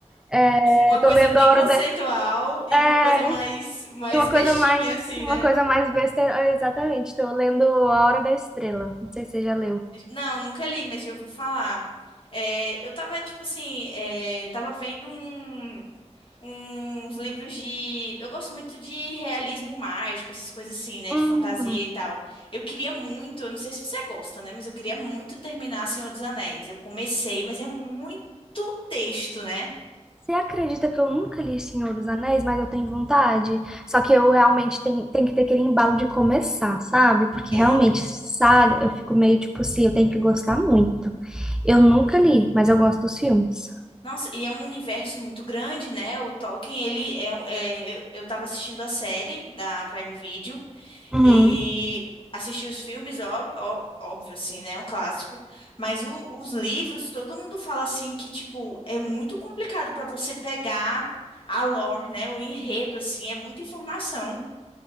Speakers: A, in the centre; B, on the left (about 45°).
A: É,
B: Uma
A: tô
B: coisa
A: lendo
B: bem
A: A Hora
B: conceitual
A: da...
B: e
A: É,
B: uma coisa mais mais
A: e uma
B: bestinha,
A: coisa mais,
B: assim,
A: uma
B: né?
A: coisa mais besta, é, exatamente, tô lendo A Hora da Estrela. Não sei se você já leu.
B: Não, nunca li, mas já ouvi falar. É, eu tava, tipo assim, é, eu tava vendo um. uns livros de. Eu gosto muito de realismo mágico, essas coisas assim, né?
A: Hum,
B: De fantasia e tal. Eu queria muito, eu não sei se você gosta, né? Mas eu queria muito terminar Senhor dos Anéis. Eu comecei, mas é muito texto, né?
A: você acredita que eu nunca li Senhor dos Anéis, mas eu tenho vontade? Só que eu realmente tenho, tenho que ter aquele embalo de começar, sabe? Porque
B: É.
A: realmente, saga, eu fico meio tipo assim, eu tenho que gostar muito. Eu nunca li, mas eu gosto dos filmes.
B: Nossa, e é um universo muito grande, né? O Tolkien, ele é. é eu eu tava assistindo a série da Prime Video.
A: Uhum.
B: E assisti os filmes, óbvio, ó- óbvio assim, né? É um clássico. Mas o- os livros, todo mundo fala assim que, tipo, é muito complicado para você pegar a lore, né? O enredo, assim, é muita informação.